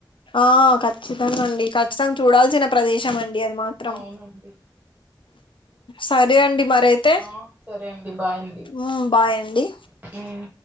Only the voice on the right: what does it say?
అవునండి
ఆ సరే అండి బాయ్ అండి
మ్మ్